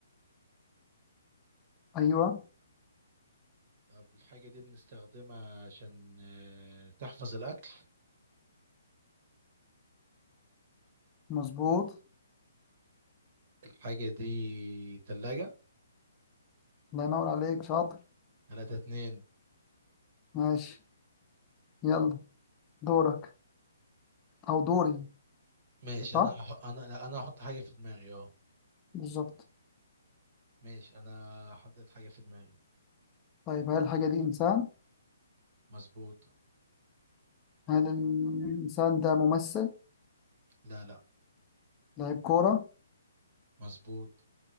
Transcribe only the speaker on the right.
طب الحاجة دي بنستخدمها عشان آه، تحفظ الأكل
الحاجة دي تلاجة
تلاتة اتنين
ماشي
أنا هح- أنا لا، أنا هحط حاجة في دماغي أه
ماشي أنا حطيت حاجة في دماغي
مظبوط
لا لا
مظبوط